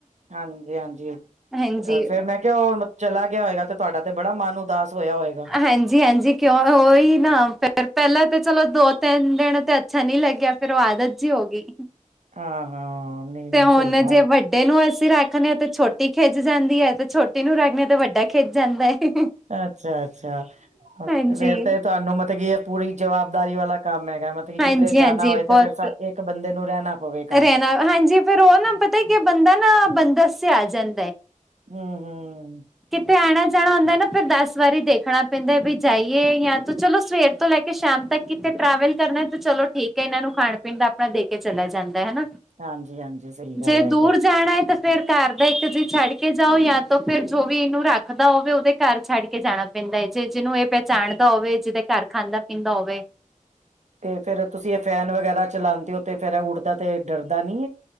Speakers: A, on the right (about 60°); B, in the centre.
A: ਹਾਂਜੀ ਹਾਂਜੀ
B: ਹਾਂਜੀ।
A: ਫੇਰ ਮੈਂ ਜੈ ਓਹ ਹੁਨ ਚਲਾ ਗਿਆ ਹੋਏਗਾ ਤੇ ਤੁਹਾਡਾ ਤੇ ਬੜਾ ਮਨ ਉਦਾਸ ਹੋਇਆ ਹੋਏਗਾ
B: ਹਂਜੀ ਹਾਂਜੀ ਕਿਉਂ ਉਹੀ ਨਾ ਫਰ ਪਹਿਲਾਂ ਤਾਂ ਚਲੋ ਦੋ ਤਿੰਨ ਦਿਨ ਤੇ ਅੱਛਾ ਨੀ ਲੱਗਿਆ ਫੇਿਰ ਉਹ ਆਦਤ ਜੀ ਹੋ ਗਈ
A: ਹਾਂ ਹਾਂ ਨਹੀਂ ਨਹੀਂ
B: ਤੇ ਹੁਣ
A: ਸਹੀ ਗੱਲ
B: ਜੇ ਵੱਡੇ ਨੂੰ ਅਸੀਂ ਰੱਖਦੇ ਹਾਂ ਤੇ ਛੋਟੀ ਖਿੱਚ ਜਾਂਦੀ ਹੈ ਤੇ ਛੋਟੀ ਨੂੰ ਰੱਖਦੇ ਤੇ ਵੱਡਾ ਖਿੱਚ ਜਾਂਦਾ ਹੈ।
A: ਅੱਛਾ ਅੱਛਾ
B: ਹਾਂਜੀ,
A: ਫੇਰ ਤਾਂ ਤੁਹਾਨੂੰ ਮਤਲਬ ਕੀ ਇਹ ਪੂਰੀ ਜਵਾਬਦਾਰੀ ਵਾਲਾ ਕੰਮ ਹੈਗਾ ਮਤਲਬ ਕਿ
B: ਹਾਂਜੀ-ਹਾਂਜੀ
A: ਕਿੱਧਰੇ ਜਾਣਾ ਹੋਏ ਤੇ
B: ਬਹੁਤ
A: ਫੇਿਰ ਇੱਕ ਬੰਦੇ ਨੂੰ ਰਹਿਣਾ ਪਵੇ ਘਰ
B: ਰਹਿਣਾ ਹਾਂਜੀ ਫੇਿਰ ਉਹ ਨਾ ਪਤਾ ਕਿ ਬੰਦਾ ਨਾ ਬੰਦਸ ਚ ਆ ਜਾਂਦਾ ਹੈ
A: ਹੁੰ ਹੁੰ
B: ਕਿਤੇ ਆਉਣਾ ਜਾਣਾ ਹੁੰਦਾ ਨਾ ਫਿਰ ਦਸ ਵਾਰੀ ਦੇਖਣਾ ਪੈਂਦਾ ਵੀ ਜਾਈਏ ਜਾਂ ਤ ਚਲੋ ਸਵੇਰ ਤੋਂ ਲੈ ਕੇ ਕਿ ਸ਼ਾਮ ਤੱਕ ਕਿਤੇ ਟਰੈਵਲ ਕਰਨਾ ਤੇ ਚਲੋ ਠੀਕ ਹੈ ਇਹਨਾਂ ਨੂੰ ਖਾਣ ਪੀਣ ਦਾ ਆਪਣਾ ਦੇ ਕੇ ਚਲਾ ਜਾਂਦਾ ਹੈ ਹਨਾ
A: ਹਾਂਜੀ ਹਾਂਜੀ ਸਹੀ ਗੱਲ
B: ਜੇ
A: ਹੈਗੀ
B: ਦੂਰ ਜਾਣਾ ਹੈ ਤਾਂ ਫੇਰ ਘਰ ਦਾ ਇੱਕ ਜੀ ਛੱਡ ਕੇ ਜਾਓ ਜਾਂ ਤਾਂ ਫਿਰ ਜੋ ਵੀ ਇਹਨੂੰ ਰੱਖਦਾ ਹੋਵੇ ਉਹਦੇ ਘਰ ਛੱਡ ਕੇ ਜਾਣਾ ਪੈਂਦਾ ਏ ਜੇ ਜਿਹਨੂੰ ਇਹ ਪਹਿਚਾਣਦਾ ਹੋਵੇ ਜਿਹਦੇ ਘਰ ਖਾਂਦਾ ਪੀਂਦਾ ਹੋਵੇ
A: ਤੇ ਫੇਰ ਤੁਸੀਂ ਇਹ ਫੈਨ ਵਗੈਰਾ ਚਲਾਉਦੇ ਹੋ ਤੇ ਫੇਿਰ ਇਹ ਉੱਡਦਾ ਤੇ ਡਰਦਾ ਨਹੀ ਏ